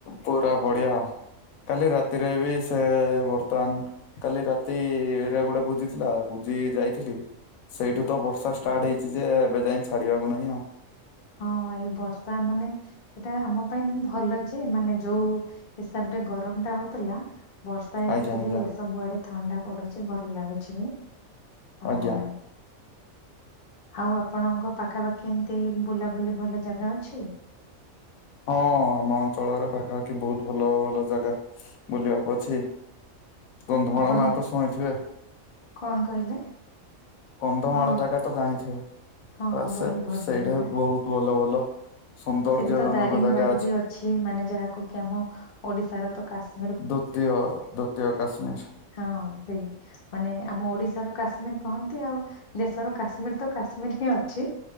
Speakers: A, on the left (about 80°); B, on the left (about 60°).
A: ପୁରା ବଢିଆ ଆଉ କାଲି ରାତିରେ ବି ସେ ବର୍ତ୍ତମାନ କାଲି ରାତିରେ ଗୋଟେ ଭୋଜିଥିଲା ବୁଜି ଯାଇଥିଲି। ସେଇଠୁ ତ ବର୍ଷା ଷ୍ଟାର୍ଟ ହେଇଛି ଯେ ଏବେ ଯାଇ ଛାଡ଼ିବାକୁ ନାହିଁ ଆଉ।
B: ହଁ ଏଇ ବର୍ଷା ମାନେ ଏଇଟା ଆମ ପାଇଁ ଭଲ ଯେ ମାନେ ଯୋଉ ହିସାବ ରେ ଗରମ ଟା ହଉଥିଲା ବର୍ଷା ହେଇକି
A: ଆଜ୍ଞା
B: ଟିକେ
A: ଆଜ୍ଞା।
B: ସବୁଆଡେ ଥଣ୍ଡା ପଡୁଛି ଭଲ ଲାଗୁଛି ବି। ଆଉ
A: ଆଜ୍ଞା।
B: ଆଉ ଆପଣଙ୍କ ପାଖାପାଖି ଏମିତି ବୁଲାବୁଲି ଭଲ ଜାଗା ଅଛି?
A: ହଁ ଆମ ଅଞ୍ଚଳରେ ପାଖାପାଖି ବହୁତ ଭଲ ଭଲ ଜାଗା। ବୁଲିବାକୁ ଅଛି କନ୍ଧମାଳ
B: ଆପଣ
A: ନାଁ ତ ଶୁଣିଥିବେ?
B: କଣ କହିଲେ?
A: କନ୍ଧମାଳ
B: ହଁ
A: ଜାଗା ତ ଜାଣିଥିବେ
B: ହଁ
A: ବା
B: ହଁ
A: ସେ
B: ବହୁତ ଭଲ
A: ସେଇଠେ
B: ଜାଗା
A: ବହୁତୁ ଭଲ ଭଲ ସୌନ୍ଦର୍ଯ୍ୟ
B: ସେଠି ତ
A: ଜନକ
B: ଦାରିଙ୍ଗ
A: ଜାଗା
B: ବାଡି ବି ଅଛି ମାନେ ଯାହାକୁ କି ଆମ ଓଡିଶାର ତ କାଶି
A: ଦ୍ଵିତୀୟ ଦ୍ଵିତୀୟ କାଶ୍ମୀର।
B: ହଁ ସେଇ ମାନେ ଆମ ଓଡିଶାର କାଶ୍ମୀର କହନ୍ତି ଆଉ ଦେଶର କାଶ୍ମୀର ତ କାଶ୍ମୀର ହିଁ ଅଛି।